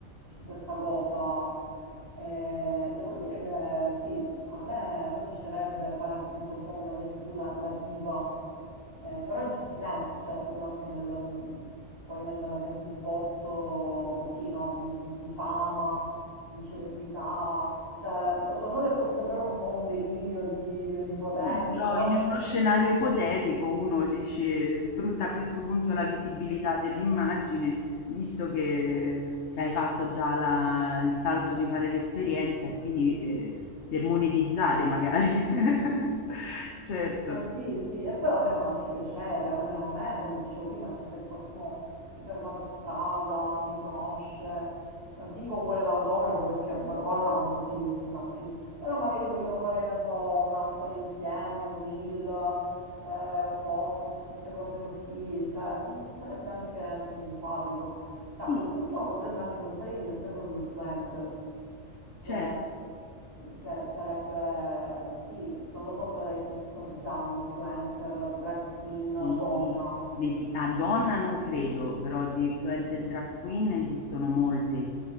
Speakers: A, on the right; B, on the left.
A: in questa cosa. Eh, devo dire che sì, a me, a me piacerebbe fare appunto un po' come hai detto tu la, la diva, eh, però in tutti i sensi, cioè proprio anche nel, nel- poi nel, nel risvolto così, no, di, di- di fama, di celebrità. Cioè, lo so che può sembrare un po' un delirio di, di onnipotenza,
B: Sì, però
A: no?
B: in uno scenario ipotetico uno dice sfrutta a questo punto la visibilità dell'immagine, visto che, che hai fatto già la- il salto di fare l'esperienza e quindi eh, per monetizzare magari. <laughs> Certo,
A: Eh sì, sì, e poi vabbè fa anche piacere, almeno a me, come dicevo prima, cioè se qualcuno mi ferma per strada, mi riconosce, e non ti dico vuole l'autografo perché ba- ora manco si, si usa più, però magari vogliono fare, che ne so, una storia insieme, un reel, eh, un post, tutte queste cose così, cioè mh, sarebbe anche, anche simpatico. Cioè, a
B: sì,
A: quel punto uno potrebbe anche pensare di diventare proprio influencer, che,
B: certo,
A: che sarebbe, sì, non lo so se ora esiste già un influencer drag queen
B: sì.
A: donna,
B: Ne si- a donna non credo, però di influencer drag queen esistono molte.